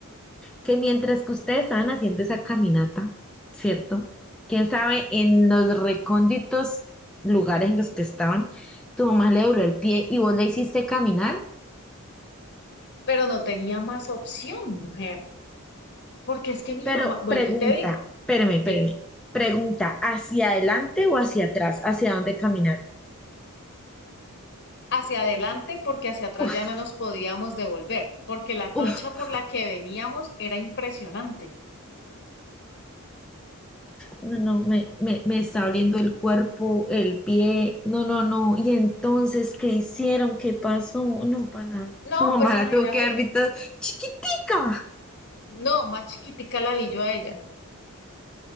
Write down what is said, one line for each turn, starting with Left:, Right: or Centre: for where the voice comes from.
Centre: que mientras que ustedes estaban haciendo esa caminata, ¿cierto? Quién sabe, en los recónditos lugares en los que estaban, tu mamá le dobló el pie y vos le hiciste caminar.
Left: Pero no tenía más opción, mujer, porque es que mi
Centre: Pero
Left: mamá, vuelvo
Centre: pregunta,
Left: y te digo,
Centre: espérame,
Left: dime,
Centre: espérame, pregunta, ¿hacia adelante o hacia atrás? ¿Hacia dónde caminaron?
Left: hacia adelante porque hacia atrás
Centre: Uf,
Left: ya no nos podíamos devolver, porque la trocha
Centre: uf,
Left: por la que veníamos era impresionante.
Centre: no, no, me, me, me está oliendo el cuerpo, el pie, no, no, no. Y entonces, ¿qué hicieron? ¿Qué pasó? No, para nada.
Left: No,
Centre: Su mamá
Left: pues imagínate
Centre: la tuvo que dar
Left: que,
Centre: visto chiquitica.
Left: no, más chiquitica la vi yo a ella.